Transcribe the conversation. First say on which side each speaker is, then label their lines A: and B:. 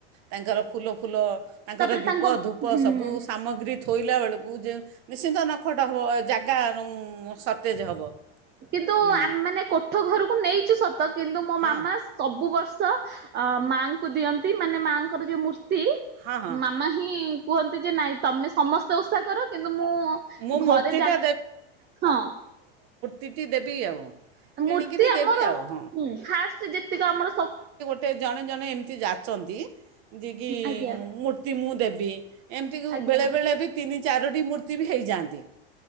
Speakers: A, on the right (about 55°); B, on the right (about 35°).
A: ତାଙ୍କର ଫୁଲ ଫୁଲ। ତାଙ୍କର
B: ତାପରେ
A: ଦୀପ
B: ତାଙ୍କ
A: ଧୂପ
B: ହୁଁ।
A: ସବୁ ସାମଗ୍ରୀ ଥୁ ଥୋଇଲା ବେଳକୁ ଯେ ନିଶ୍ଚିନ୍ତ ନଖଟ ହେବ ଜାଗା ସର୍ଟେଜ୍ ହେବ।
B: କିନ୍ତୁ
A: ହଁ
B: ଆମ ମାନେ କୋ ଠ ଘରକୁ ନେଇଛୁ ସତ ତ କିନ୍ତୁ ମୋ
A: ହଁ
B: ମାମା ସବୁ ବର୍ଷ ମାଙ୍କୁ ଦିଅନ୍ତି ମାନେ ମାଆଙ୍କର ଯୋଉ ମୂର୍ତ୍ତି । ଅଛି
A: ହଁ ହଁ
B: ମାମା ହିଁ କୁହନ୍ତି ଯେ ନାଇଁ ତମେ ସମସ୍ତେ ଓସା କର କିନ୍ତୁ ମୁଁ
A: ମୁଁ ମୂର୍ତ୍ତିଟା
B: ଘରେ ଜା ହଁ
A: ତିଟି ଦେବି ଆଉ
B: ମୂର୍ତ୍ତି
A: କିଣିକିରି
B: ଆମର
A: ଦେବି ଆଉ ହଁ।
B: ଫାଷ୍ଟ ଯେତିକ ଆମର ସବୁ ।
A: ଜଣ ଜଣେ ଏମ ଯାଛନ୍ତି ଯେ କି
B: ଆଜ୍ଞା
A: ମୂର୍ତ୍ତି ମୁଁ ଦେବି ଏମିତି
B: ଆଜ୍ଞା।
A: ବେଳେ ବଳେ ବି ତିନି ଚାରୋଟି ମୂର୍ତ୍ତି ବି ହେଇଯାଆନ୍ତି ।